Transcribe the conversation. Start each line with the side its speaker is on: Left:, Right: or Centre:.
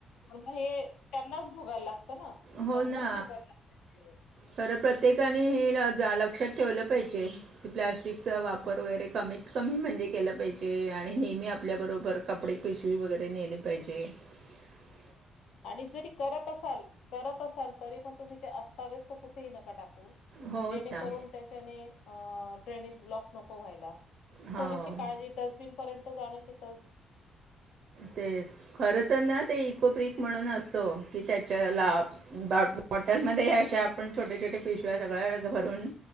Left: म हे त्यांनाच भोगायला लागत ना
Right: हो
Left: त्यांनाच
Right: ना
Left: भोगायला लागत.
Right: खरं प्रत्येकाने हे लक्षात ठेवलं पाहिजे प्लस्टिक चा वापर
Left: हं
Right: वगैरे कमीत कमी म्हणजे केलं पाहिजे आणि नेहमी आपल्या बरोबर कपडे पिशवी वगैरे नेले पाहिजे. ह.
Left: आणि जरी करत असाल करत असाल तरी पण तुम्ही ते अस्ताव्यस तर कुठेही नका टाकता. कु
Right: हो
Left: जेणेकरून
Right: ना
Left: त्याच्याने ड्रेनेज ब्लॉक नको व्हायला.
Right: हो
Left: थोडीशी काळजी डस्टबिन पर्यंत जाण्याची त
Right: तेच खर तर ना ते इकोपिक म्हणून असत. की त्याच्या बॉटलमध्ये अशा आपण छोट्या छोट्या पिशव्या सगळ्या भर पण